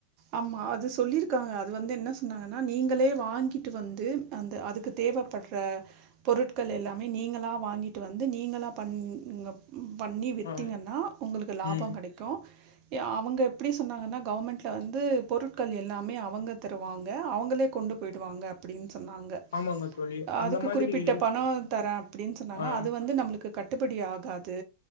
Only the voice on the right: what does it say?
ஆமா. அது சொல்லியிருக்காங்க. அது வந்து என்ன சொன்னாங்கன்னா, நீங்களே வாங்கிட்டு வந்து அந்த அதுக்கு தேவைப்படுற பொருட்கள் எல்லாமே நீங்களா வாங்கிட்டு வந்து நீங்களா பண்ணி பண்ணி வித்திங்கன்னா
உங்களுக்கு லாபம்
கிடைக்கும் அவுங்க எப்படி சொன்னாங்கன்னா கவர்மெண்ட் வந்து பொருட்கள் எல்லாமே ஆ அவங்க தருவாங்க அவங்களே கொண்டு போயிடுவாங்க சொன்னாங்க
அதுக்கு
குறிப்பிட்ட
பணம் தரே அப்படின்னு சொன்னாங்க
அது வந்து நம்மளுக்கு கட் கட்டுபடி ஆகாது